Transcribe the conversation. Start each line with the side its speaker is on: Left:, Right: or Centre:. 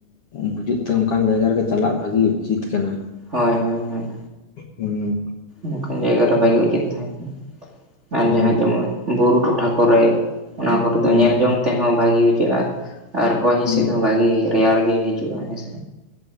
Left: ᱵᱩᱡᱩᱜ ᱛᱮ ᱚᱱᱠᱟᱱ ᱡᱟᱭᱜᱟ ᱨᱮᱜᱮ ᱪᱟᱞᱟᱜ ᱵᱷᱟᱜᱤ ᱩᱪᱤᱛ ᱠᱟᱱᱟ
Right: ᱦᱳᱭ ᱦᱳᱭ ᱦᱳᱭ
Left: ᱦᱩᱸ
Right: ᱱᱚᱝᱠᱟᱱ ᱡᱟᱭᱜᱟ ᱨᱮ ᱵᱷᱟᱜᱮ ᱩᱪᱤᱛ ᱛᱟᱦᱮᱸ ᱠᱟᱱᱟ
Left: ᱦᱳᱭ
Right: ᱟᱨ ᱡᱟᱦᱟᱸ ᱡᱮᱢᱚᱱ ᱵᱩᱨᱩ ᱴᱚᱴᱷᱟ ᱠᱚᱨᱮ ᱚᱱᱟ ᱠᱚᱨ
Left: ᱦᱮᱸ
Right: ᱫᱚ ᱧᱮᱞᱡᱚᱝ ᱛᱮᱦᱚᱸ ᱵᱷᱟᱹᱜᱤ ᱵᱩᱡᱷᱟᱹᱜᱼᱟ ᱟᱨ ᱦᱚᱭ ᱦᱤᱸᱥᱤᱫ
Left: ᱦᱮᱸ
Right: ᱦᱚᱸ ᱵᱷᱟᱹᱜᱤ ᱨᱮᱭᱟᱲ ᱜᱮ ᱦᱤᱡᱩᱜᱼᱟ ᱦᱮᱸᱥᱮ